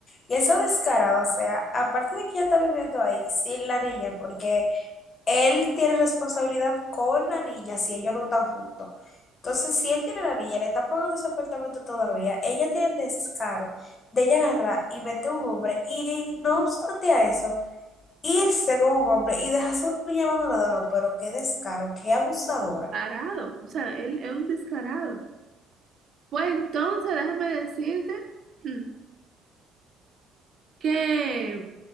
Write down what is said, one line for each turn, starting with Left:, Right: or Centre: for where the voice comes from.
Left: Y eso descarado, o sea, aparte de que ella está viviendo ahí sin la niña, porque él tiene responsabilidad con la niña si ellos no están juntos. Entonces, si él tiene a la niña, le está pagando ese apartamento todavía, ella tiene el descaro de ella agarrar y meter un hombre y, y no obstante a eso, irse con un hombre y dejar a su niña abandonada. No, pero qué descaro, qué abusadora.
Right: Descarado. O sea, él es un descarado. Pues entonces déjame decirte <clears throat> que